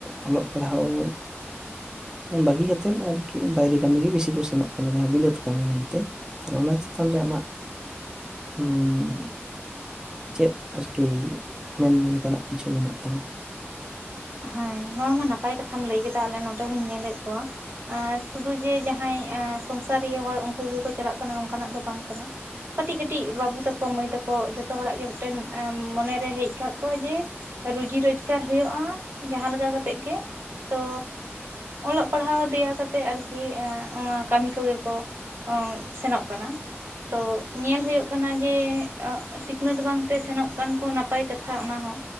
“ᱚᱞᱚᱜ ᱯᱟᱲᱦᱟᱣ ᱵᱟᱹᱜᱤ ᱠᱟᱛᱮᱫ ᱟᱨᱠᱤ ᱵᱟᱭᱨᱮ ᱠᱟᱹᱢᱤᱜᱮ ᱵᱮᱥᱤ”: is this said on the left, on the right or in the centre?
Right